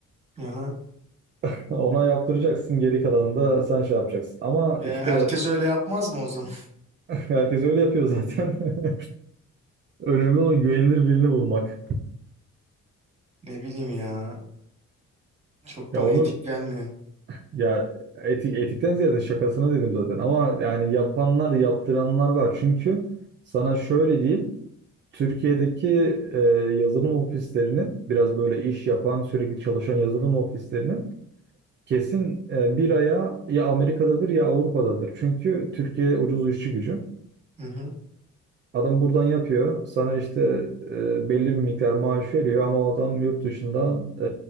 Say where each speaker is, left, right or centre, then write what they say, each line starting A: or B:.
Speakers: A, on the right; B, on the right.
A: Hı hı.
B: <laughs> Ona yaptıracaksın geri kalanını da sen şey yapacaksın. Ama
A: Ya
B: işte
A: herkes öyle yapmaz mı o zaman? <laughs>
B: <laughs> herkes öyle yapıyor zaten. <laughs> Önemli olan güvenilir birini bulmak.
A: Ne bileyim ya. Çok
B: Ya
A: bana
B: onu
A: etik gelmiyor.
B: ya etik etikten ziyade şakasına dedim zaten. Ama yani yapanlar yaptıranlar var. Çünkü sana şöyle diyeyim. Türkiye'deki e, yazılım ofislerinin biraz böyle iş yapan sürekli çalışan yazılım ofislerinin Kesin e, bir aya ya Amerika'dadır ya Avrupa'dadır. Çünkü Türkiye ucuz işçi gücü.
A: Hı hı.
B: Adam buradan yapıyor. Sana işte e, belli bir miktar maaş veriyor ama adam yurt dışından e,